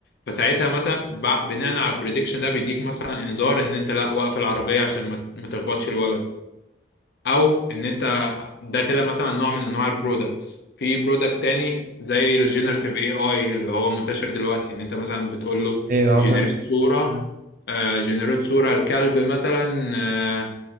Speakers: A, on the left; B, on the right.
A: فساعتها مثلا ب- بناء على البريدكشن ده بيديك مثلا انذار ان انت لا وقف العربية عشان ما ما تخبطش الولد او ان انت ده كده مثلا نوع من انواع البرودكتس في برودكت تاني زي الجينيراتيف اي اي اللي هو منتشر دلوقتي ان انت مثلا بتقول له
B: ايه
A: جنريت
B: اه فاهم
A: صورة
B: مم.
A: آه جنريت صورة الكلب مثلا آه،